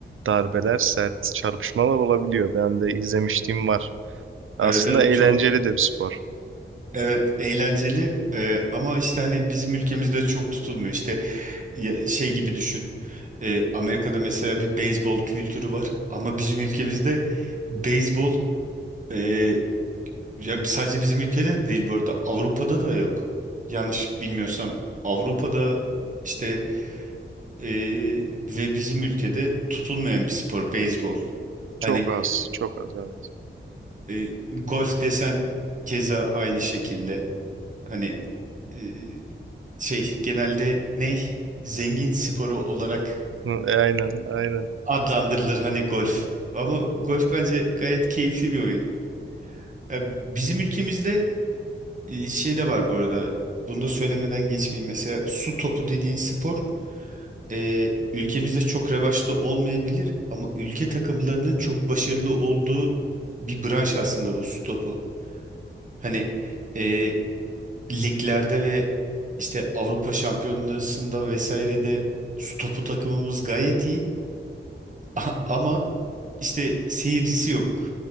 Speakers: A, on the right (about 80°); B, on the right (about 40°).
A: darbeler, sert çarpışmalar olabiliyor. Ben de izlemişliğim var. Aslında
B: Evet, evet
A: eğlenceli
B: çok
A: de bir spor.
B: evet eğlenceli Ee, ama işte hani bizim ülkemizde çok tutulmuyor. İşte ya- şey gibi düşün. Ee, Amerika'da mesela bir beyzbol kültürü var ama bizim ülkemizde beyzbol e, ya sadece bizim ülkede de değil bu arada Avrupa'da da yok. Yanlış bilmiyorsam Avrupa'da işte Ee, ve bizim ülkede tutulmayan bir spor beyzbol.
A: Çok
B: Hani
A: az, çok az evet.
B: e, golf desen keza aynı şekilde hani e, şey genelde ne zengin sporu olarak
A: Hı, e, aynen, aynen.
B: adlandırılır hani golf. Ama golf bence gayet keyifli bir oyun. Ya bizim ülkemizde e, şey de var bu arada. Bunu da söylemeden geçmeyeyim. Mesela su topu dediğin spor e, ülkemizde çok revaçta olmayabilir ama ülke takımlarının çok başarılı olduğu bir branş aslında bu su topu. Hani e, liglerde ve işte Avrupa Şampiyonası'nda vesairede su topu takımımız gayet iyi <laughs> ama işte seyircisi yok.